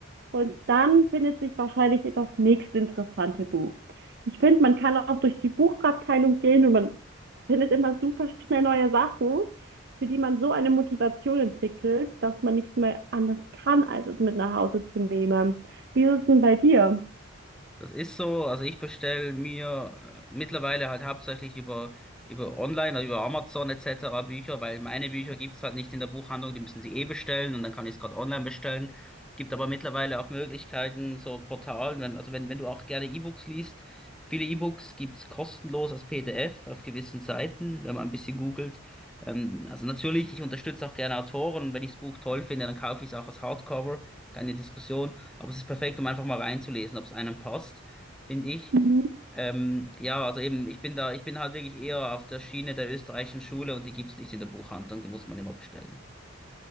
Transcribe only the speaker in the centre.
Das ist so, also ich bestelle mir äh, mittlerweile halt hauptsächlich über, über Online, also über Amazon etc. Bücher, weil meine Bücher gibt's halt nicht in der Buchhandlung, die müssen sie eh bestellen und dann kann ich es gerade online bestellen. Gibt aber mittlerweile auch Möglichkeiten, so Portalen, wenn, also wenn, wenn du auch gerne E-Books liest, viele E-Books gibt's kostenlos als PDF auf gewissen Seiten, wenn man ein bisschen googelt. Ähm, also natürlich, ich unterstütze auch gerne Autoren, wenn ich das Buch toll finde, dann kaufe ich es auch als Hardcover, keine Diskussion. Aber es ist perfekt, um einfach mal reinzulesen, ob es einem passt, finde ich.
Ähm, ja, also eben, ich bin da, ich bin halt wirklich eher auf der Schiene der österreichischen Schule und die gibt's nicht in der Buchhandlung, die muss man immer bestellen.